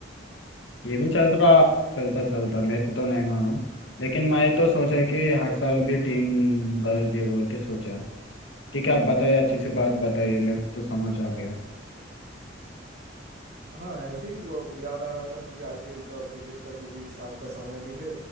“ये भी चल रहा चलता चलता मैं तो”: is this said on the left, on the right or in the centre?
Left